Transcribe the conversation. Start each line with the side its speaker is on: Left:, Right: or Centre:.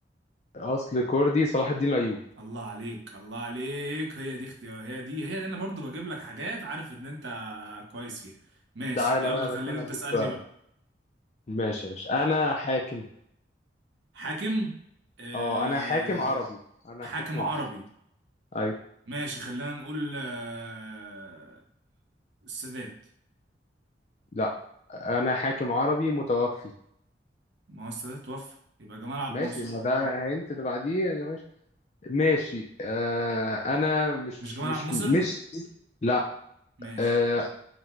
Left: اصل كردي صلاح الدين الايوبي
Right: الله عليك الله عليك هي دي اختيار هي دي هي دي انا برضو بجيب لك حاجات عارف ان انت كويس فيها ماشي
Left: تعالى
Right: يلا
Left: بقى يا باشا
Right: خلينا
Left: انا
Right: انت
Left: اديك
Right: تسألني
Left: سؤال
Right: بقى
Left: ماشي يا باشا انا حاكم
Right: حاكم أه
Left: اه انا حاكم عربي انا
Right: حاكم
Left: حاكم عربي
Right: عربي
Left: ايوه
Right: ماشي خلينا نقول أه السادات
Left: لا انا حاكم عربي متوفي
Right: ما هو السادات توفى يبقى جمال عبد
Left: ماشي
Right: الناصر
Left: ما ده هنت اللي بعديه ماشي ماشي آه انا مش
Right: مش جمال
Left: مش
Right: عبد الناصر
Left: مش لا
Right: ماشي
Left: آه